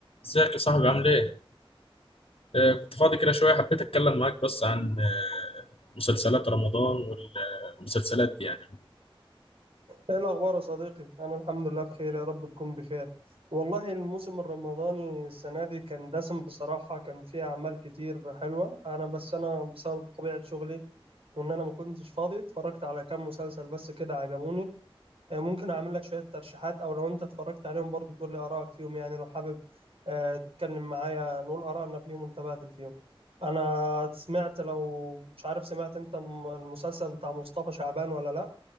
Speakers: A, on the left; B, on the right.
A: ازيك يا صاحبي عامل ايه؟ آه كنت فاضي كده شوية حبيت اتكلم معاك بس عن آه مسلسلات رمضان والمسلسلات دي يعني
B: ايه الاخبار يا صديقي انا الحمد لله بخير يا رب تكون بخير والله الموسم الرمضاني السنه دي كان دسم بصراحه كان فيه اعمال كتير حلوه انا بس انا بسبب طبيعه شغلي وان انا ما كنتش فاضي اتفرجت على كام مسلسل بس كده عجبوني آه، ممكن اعمل لك شويه ترشيحات او لو انت اتفرجت عليهم برضو تقول لي ارائك فيهم يعني لو حابب آه، تتكلم معايا نقول ارائنا فيهم ونتبادل فيهم انا سمعت لو مش عارف سمعت انت م- المسلسل بتاع مصطفى شعبان ولا لا